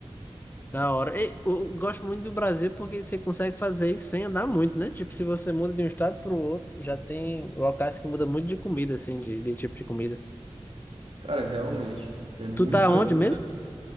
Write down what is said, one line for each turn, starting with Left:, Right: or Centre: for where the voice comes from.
Left: Da hora. E, eu gosto muito do Brasil porque você consegue fazer isso sem andar muito, né? Tipo, se você muda de um estado pro outro, já tem locais que muda muito de comida, assim, de, de tipo de comida.
Right: Cara, realmente, é muita,
Left: Tu tá onde
Right: muita
Left: mesmo?